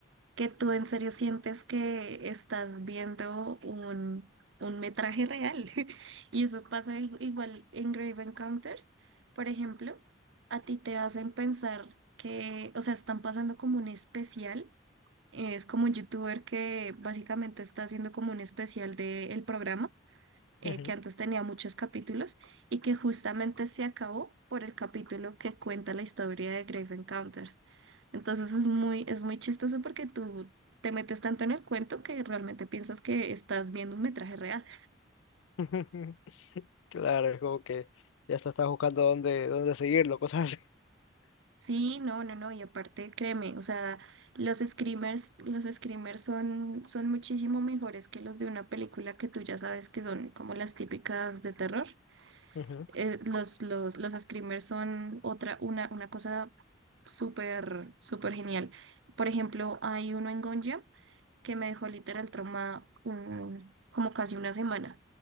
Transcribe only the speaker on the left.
Ujú.
<laughs> Claro, es como que ya hasta estás buscando dónde, dónde seguirlo, cosas así.
Ujú.